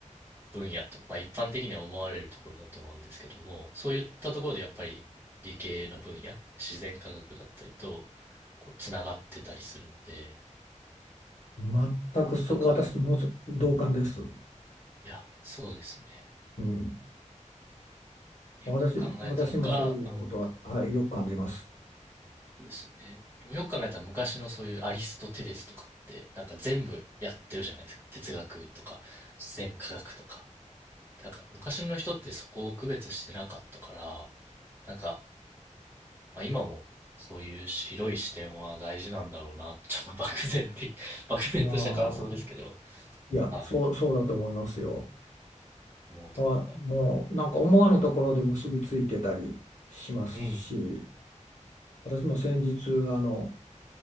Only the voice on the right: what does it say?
分野と、まあ一般的には思われるところだと思うんですけども、そういったところでやっぱり理系の分野、自然科学だったりと、こう、つながってたりするので、
なんか
いや、そうですよね。
よく考えたら、
むか、うん、
そうですよね。でもよく考えたら昔のそういうアリストテレスとかって、なんか全部やってるじゃないですか。哲学とか、自然科学とか。だから昔の人ってそこを区別してなかったから、なんか、まあ、今もそういう広い視点は大事なんだろうな。ちょっと漠然的、<laughs> 漠然とした感想ですけど、
はい、
思うところが。
うん。